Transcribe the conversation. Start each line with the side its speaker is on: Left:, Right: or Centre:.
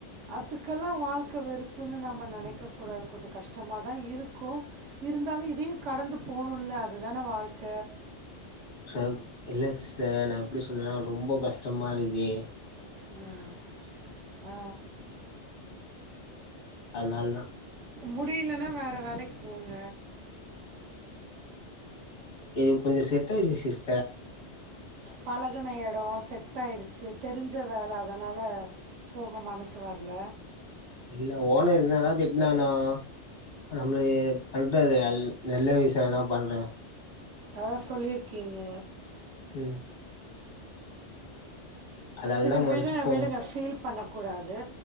Right: அதுக்கெல்லா வாழ்க்க வெறுப்புன்னு நாம நெனக்க கூடாது கொஞ்ச கஷ்டமா தா இருக்கு இருந்தாலு இதையு கடந்து போணுல்ல அது தான வாழ்க்க
Left: சர் இல்ல சிஸ்டர் நா எப்டி சொல்றனா ரொம்ப கஷ்டமா இருக்குதே
Right: ம் அ ஆ
Left: அத்னால் தா
Right: முடியிலனா வேற வேலைக் போங்க
Left: இது கொஞ்சோ செட் அயிர்ச்சி சிஸ்
Right: பழகன இடோ செ ட் ஆயிடுச்சி தெரிஞ்ச வேல அதனால போக மனசு வர்ல
Left: இல்ல ஓனர் என்னதா திட்னானு நம்மளுக்கு பண்றது நல் நல்ல விஷியல்லா பண்றா
Right: அதா சொல்லிர்க்கீங்க
Left: ம் அதால
Right: செரி
Left: தான் மன்னிச்சுப்போம்
Right: விடுங்க விடுங்க ஃபீல் பண்ண கூடாது